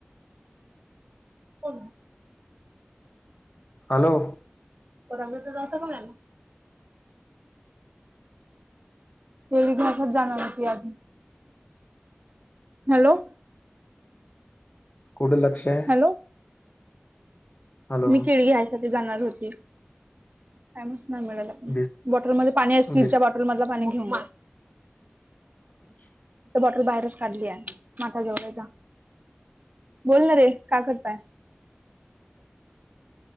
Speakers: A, on the right; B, on the left.
A: हो
B: हॅलो
A: परसां काय ना तेळी घ भाषा जा न ती आण. हॅलो
B: कडं लक्ष आहे.
A: हॅलो
B: हॅलो
A: मी केळगी हायसाठी जाणार होती. कामच नाही मिळेल आपण
B: बिस
A: बॉटलमध्ये पाणी आहे स्टीलच्या
B: बिस
A: बॉटल मध पाणी घेऊग.
B: अ
A: बॉटल बाहेरच काढली आहे माठा जेवळचा बोलणार रे का करताय.